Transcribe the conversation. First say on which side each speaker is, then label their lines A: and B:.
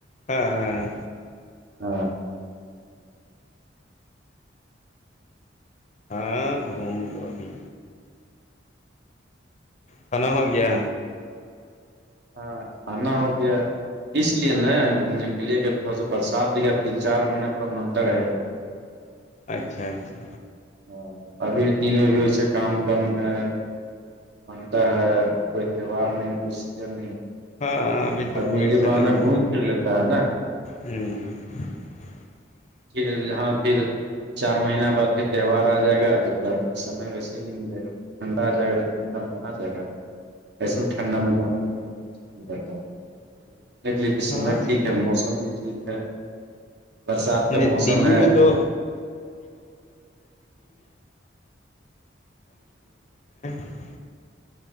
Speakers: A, on the left; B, on the right.
A: ہاں ہاں
B: ہاں
A: ہاں گھوم لبھی کانا ہو گیا
B: ہاں کھانا ہو گیا اس لیے نا گھومنے کے لیے کہ تھوڑا سا برسات دیا تین چار مہین پورا مر ہے
A: اچھا اچھا
B: ہاں ابھی بھی دن میں بھی وس کام کم ہے منتا ہے کوئی تہوار نہیں کوئی سیجن نہیں
A: ہاں ہ ابھی تو
B: آدمی
A: کوئی
B: یہ
A: حصا
B: بہانا
A: نہیں ہے
B: گھوم پھر لیتا ہے نا
A: ہوں ج <unintelligible>
B: ٹھیک ہے ہاں ٹھیک چار مہین بعد پھر تہوار آ جائے گا تود س ویسے نہیں ملے گا ٹھنڈا آ جائے گا ٹھنڈا میں کہاں جائے گا ایسے ٹھنڈا میں جانے کے لیے کوئی نہیں کرتا گھومنے کے لیے بھی سمے
A: ہاں
B: ٹھیک ہے موسم بھی ٹھیک ہے برسات کا
A: نہیں
B: موسم
A: دلی
B: ہے
A: میں تو <inaudible>